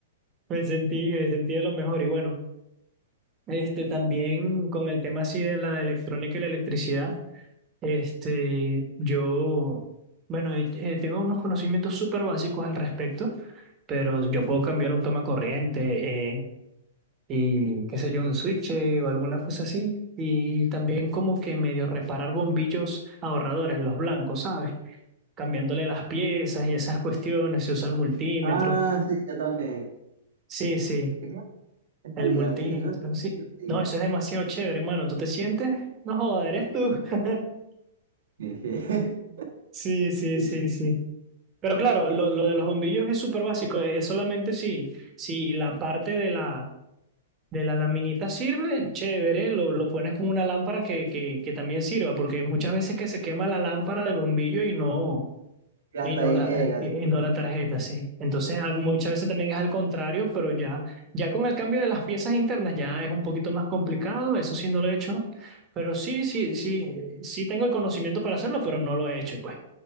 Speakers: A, on the right; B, on the right.
A: Me sentí, me sentí de lo mejor. Y bueno, este también con el tema así de la electrónica y la electricidad, este, yo, bueno, eh, eh, tengo unos conocimientos súper básicos al respecto, pero yo puedo cambiar un toma corriente eh, y qué sé yo, un switch eh, o alguna cosa así. Y también como que medio reparar bombillos ahorradores, los blancos, ¿sabes? cambiándole las piezas y esas cuestiones, se usa el multímetro.
B: Ah, sí, yo también.
A: Sí, sí,
B: Es que En calidad,
A: el multímetro,
B: eso es
A: sí.
B: sencillo.
A: No, eso es demasiado chévere, hermano. ¿Tú te sientes? No joder, eres tú. <laughs>
B: Jeje.
A: Sí, sí,
B: <laughs>
A: sí, sí. Pero claro, lo, lo de los bombillos es súper básico. Es solamente si, si la parte de la, de la laminita sirve, chévere, lo, lo pones con una lámpara que, que, que también sirva, porque hay muchas veces que se quema la lámpara del bombillo y no.
B: Y hasta
A: Y no
B: ahí
A: la,
B: llegas,
A: y no la tarjeta, sí. Entonces, a- muchas veces también es al contrario, pero ya, ya con el cambio de las piezas internas ya es un poquito más complicado, eso sí no lo he hecho, pero sí, sí, sí, sí tengo el conocimiento para hacerlo, pero no lo he hecho, pues.